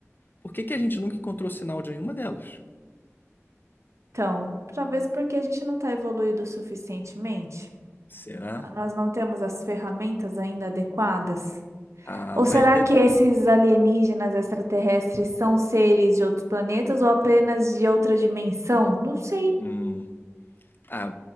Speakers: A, on the left; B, on the right.
A: por que que a gente nunca encontrou sinal de nenhuma delas?
B: Então, talvez porque a gente não tá evoluído suficientemente.
A: Será?
B: Nós não temos as ferramentas ainda adequadas.
A: Ah,
B: Ou
A: mas
B: será
A: de...
B: que esses alienígenas extraterrestres são seres de outros planetas ou apenas de outra dimensão? Não sei.
A: Hum. Ah,